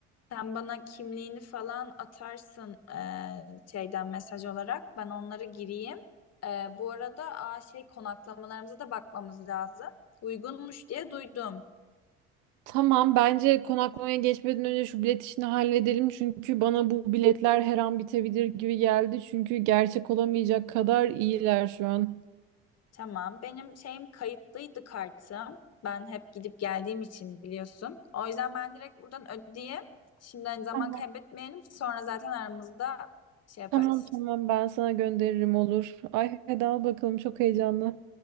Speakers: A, on the left; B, on the right.
A: Sen bana kimliğini falan atarsın eee, şeyden mesaj olarak. Ben onları gireyim. Eee, bu arada aa, şey konaklamalarımıza da bakmamız lazım. Uygunmuş diye duydum.
B: Tamam bence konaklamaya geçmeden önce şu bilet işini halledelim. Çünkü bana bu biletler her an bitebilir gibi geldi. Çünkü gerçek olamayacak kadar iyiler şu an.
A: Tamam. Benim şeyim kayıtlıydı kartım. Ben hep gidip geldiğim için biliyorsun. O yüzden ben direkt buradan ödeyeyim. Şimdiden zaman
B: Tamam.
A: kaybetmeyelim. Sonra zaten aramızda şey yaparız.
B: Tamam tamam ben sana gönderirim olur. Ay hadi al bakalım çok heyecanlı.